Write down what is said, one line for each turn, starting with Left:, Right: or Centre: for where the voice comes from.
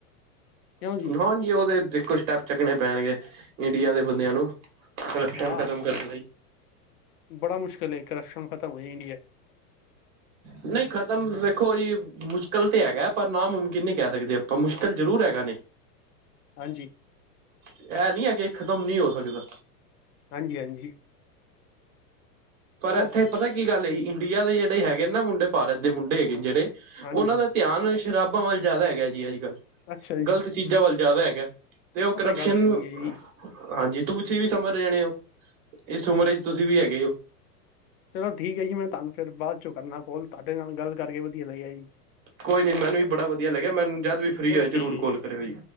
Left: ਕਿਉਂ ਜੀ
Right: ਹਾਂਜੀ, ਉਹਦੇ ਦੇਖੋ ਸਟੈਪ ਚਕਣੇ ਪੈਣਗੇ, ਇੰਡੀਆ ਦੇ ਬੰਦਿਆਂ ਨੂੰ। ਕਰਪਸ਼ਨ
Left: ਹਾਂ
Right: ਖਤਮ ਕਰਨ ਲਈ
Left: ਬੜਾ ਮੁਸ਼ਕਿਲ ਹੈ, ਕਰਪਸ਼ਨ ਖਤਮ ਹੋਈ ਇੰਡੀਆ
Right: ਨਹੀਂ ਖ਼ਤਮ ਦੇੇਖੋ ਜੀ, ਮੁਸ਼ਕਿਲ ਤੇ ਹੈਗਾ, ਪਰ ਨਾਮੁਮਕਿਨ ਨਹੀਂ ਕਹਿ ਸਕਦੇ ਆਪਾਂ, ਮੁਸ਼ਕਿਲ ਜ਼ਰੂਰ ਹੈਗਾ ਨੇ।
Left: ਹਾਂਜੀ।
Right: ਇਹ ਨਹੀ ਹੈ ਕਿ, ਖਤਮ ਨਹੀ ਹੋ ਸਕਦਾ।
Left: ਹਾਂਜੀ, ਹਾਂਜੀ।
Right: ਪਰ
Left: ਉਹ
Right: ਇੱਥੇ
Left: ਤੇ
Right: ਪਤਾ ਕੀ ਗੱਲ ਏ, ਇੰਡੀਆ ਦੇ ਜਿਹੜੇ ਹੈਗੇ ਨਾ ਮੁੰਡੇ, ਭਾਰਤ ਦੇ ਮੁੰਡੇ ਹੈਗੇ ਨੇ ਜਿਹੜੇ
Left: ਹਾਂਜੀ
Right: ਉਹਨਾਂ
Left: ਹਾਂਜੀ
Right: ਦਾ ਧਿਆਨ ਸ਼ਰਾਬਾਂ ਵੱਲ ਜ਼ਿਆਦਾ ਹੈਗਾ ਜੀ ਅੱਜ- ਕੱਲ੍ਹ,
Left: ਅੱਛਾ ਜੀ
Right: ਗ਼ਲਤ ਚੀਜ਼ਾਂ ਵੱਲ ਜ਼ਿਆਦਾ ਹੈਗਾ, ਤੇ ਉਹ ਕਰਪਸ਼ਨ
Left: ਗੱਲ ਸਹੀ ਹੈ ਜੀ
Right: ਹਾਂਜੀ, ਤੁਸੀਂ ਵੀ ਸੰਭਰ ਰਹਿਣੇ ਹੋ, ਇਸ ਉਮਰੇ ਚ ਤੁਸੀਂ ਵੀ ਹੈਗੇ ਹੋ
Left: ਚਲੋ ਠੀਕ ਹੈ ਜੀ, ਮੈਂ ਤੁਹਾਨੂੰ ਫਿਰ ਬਾਅਦ 'ਚੋਂ ਕਰਨਾ ਕੋਲ, ਤੁਹਾਡੇ ਨਾਲ ਗੱਲ ਕਰਕੇ ਵਧੀਆ ਲੱਗਿਆ ਜੀ
Right: ਕੋਈ ਨੀ, ਮੈਨੂੰ ਵੀ ਬੜਾ ਵਧੀਆ ਲੱਗਿਆ, ਮੈਨੂੰ ਜਦ ਵੀ
Left: ਚਲੋ
Right: ਫਰੀ ਹੋਏ, ਜ਼ਰੂਰ
Left: ਠੀਕ ਹੈ
Right: ਕੋਲ ਕਰਿਓ ਜੀ